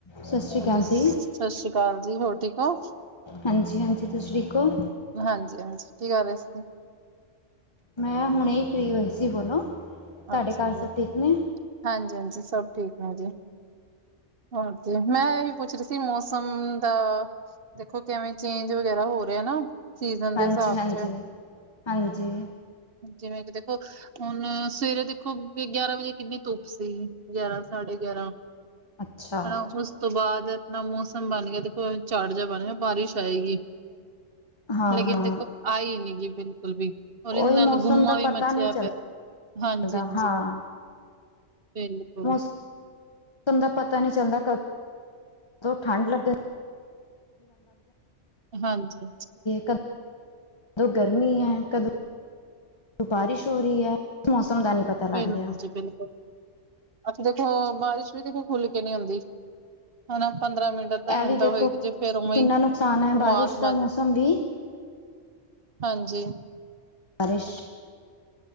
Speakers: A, on the left; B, on the right.
A: ਸਤਿ ਸ਼੍ਰੀ ਅਕਾਲ
B: ਹਾਂਜੀ
A: ਜੀ
B: ਸਤਿ ਸ੍ਰੀ ਅਕਾਲ ਜੀ ਹੋਰ ਠੀਕ ਹੋ!
A: ਹਾਂਜੀ-ਹਾਂਜੀ ਤੁਸੀਂ ਠੀਕ ੳ?
B: ਹਾਂਜੀ-ਹਾਂਜੀ ਕੀ ਕਰ ਰਹੇ ਸੀਗੇ?
A: ਮੈਂ ਹੁਣੇ ਹੀ ਫਰੀ ਹੋਈ ਸੀ ਬੋਲੋ। ਤੁਹਾਡੇ
B: ਅੱਛਾ
A: ਘਰ
B: ਜੀ
A: ਸਭ ਠੀਕ ਨੇ
B: ਹਾਂਜੀ-ਹਾਂਜੀ ਸਭ ਠੀਕ ਨੇ ਜੀ। ਹੁਣ ਤੇ ਮੈਂ ਇਹੀ ਪੁੱਛ ਰਹੀ ਸੀ ਮੌਸਮ ਦਾ ਦੇਖੋ ਕਿਵੇਂ ਚੇਂਜ ਵਗੈਰਾ ਹੋ ਰਿਹਾ ਨਾ। ਸੀਜ਼ਨ ਦੇ
A: ਹਾਂਜੀ
B: ਸਾਬ
A: ਹਾਂਜੀ
B: ਚ
A: ਹਾਂਜੀ
B: ਜਿਵੇਂ ਕਿ ਦੇਖੋ ਹੁਣ ਸਵੇਰੇ ਦੇਖੋ ਗਿਆਰਾਂ ਵਜੇ ਕਿੰਨੀ ਧੁੱਪ ਸੀ ਗਿਆਰਾਂ ਸਾਢੇ ਗਿਆਰਾਂ
A: ਅੱਛਾ
B: ਹਨਾ ਉਸ ਤੋਂ ਬਾਅਦ ਅਪਣਾ ਮੌਸਮ ਬਣ ਗਿਆ ਦੇਖੋ ਝਾੜ ਜਿਹਾ ਬਣ ਗਿਆ। ਬਾਰਿਸ਼ ਆਏਗੀ
A: ਹਾਂ
B: ਲੇਕਿਨ
A: ਹਾਂ
B: ਦੇਖੋ ਆਈ ਨੀ ਗੀ ਬਿਲਕੁਲ ਵੀ ਔਰ ਇਹਦੇ
A: ਉਹੀ
B: ਨਾਲ
A: ਮੌਸਮ
B: ਗੁੰਮਾ
A: ਦਾ
B: ਵੀ
A: ਪਤਾ
B: ਮਚਿਆ
A: ਨਹੀਂ
B: ਪਿਐ। ਹਾਂਜੀ-ਹਾਂਜੀ
A: ਚੱਲਦਾ ਹਾਂ
B: ਬਿਲਕੁਲ।
A: ਮੌਸਮ ਦਾ ਪਤਾ ਨੀ ਚੱਲਦਾ ਕਦੋਂ ਠੰਡ ਲੱਗੇ
B: ਹਾਂਜੀ-ਹਾਂਜੀ
A: ਕ ਕਦੋਂ ਗਰਮੀ ਹੈ ਕਦੋਂ ਬਾਰਿਸ਼ ਹੋ ਰਹੀ ਹੈ ਮੌਸਮ ਦਾ ਨੀ ਪਤਾ ਲੱਗ
B: ਬਿਲਕੁਲ
A: ਰਿਹਾ
B: ਜੀ ਬਿਲਕੁਲ। ਅੱਛਾ ਦੇਖੋ ਬਾਰਿਸ਼ ਵੀ ਦੇਖੋ ਖੁੱਲ ਕੇ ਨੀ ਆਂਦੀ ਹਨਾ ਪੰਦਰਾਂ ਮਿੰਟ ਅੱਧਾ
A: ਇਹ
B: ਹਿੰ
A: ਵੀ
B: ਤਾਂ
A: ਦੇਖੋ
B: ਹੋਏਗੀ ਜੇ ਫੇਰ ਉਵੇਂ
A: ਕਿੰਨਾ ਨੁਕਸਾਨ ਹੈ
B: ਉ
A: ਬਾਰਿਸ਼
B: ਮਾਸ
A: ਦਾ
B: ਮਾਝ
A: ਮੌਸਮ ਵੀ
B: ਹਾਂਜੀ
A: ਬਾਰਿਸ਼